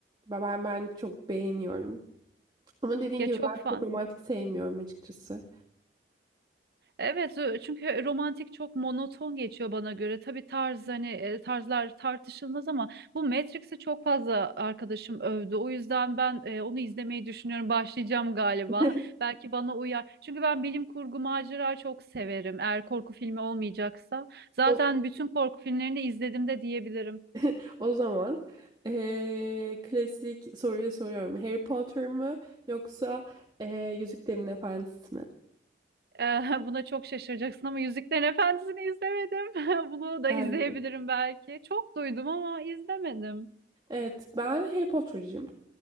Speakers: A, on the right; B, on the right.
A: Ben, ben ben çok beğeniyorum. Ama dediğin
B: Ya
A: gibi
B: çok
A: ben
B: fan.
A: çok romantik sevmiyorum açıkçası.
B: Evet ö- çünkü romantik çok monoton geçiyor bana göre. Tabii tarz hani e, tarzlar tartışılmaz ama bu Matrix'i çok fazla arkadaşım övdü. O yüzden ben e, onu izlemeyi düşünüyorum. Başlayacağım galiba.
A: <laughs>
B: <laughs> Belki bana uyar. Çünkü ben bilim kurgu macera çok severim. Eğer korku filmi olmayacaksa. Zaten
A: O
B: bütün korku filmlerini izledim de diyebilirim.
A: <laughs> O zaman eee, klasik soruyu soruyorum. Harry Potter mı yoksa eee Yüzüklerin Efendisi mi?
B: Ee, Buna çok şaşıracaksın ama Yüzüklerin Efendisi'ni izlemedim. <laughs> Bunu da
A: Ben
B: izleyebilirim
A: mi?
B: belki. Çok duydum ama izlemedim.
A: Evet, ben Harry Potter'cıyım.